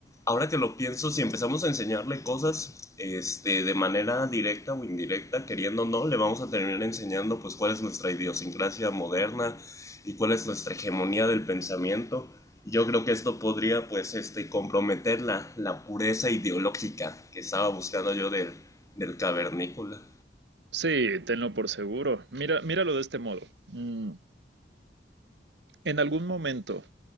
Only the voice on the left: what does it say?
ahora que lo pienso, si empezamos a enseñarle cosas este, de manera directa o indirecta, queriendo o no, le vamos a terminar enseñando pues cuál es nuestra idiosincrasia moderna y cuál es nuestra hegemonía del pensamiento. Y Yo creo que esto podría pues este, comprometer la, la pureza ideológica que estaba buscando yo del, del cavernícola.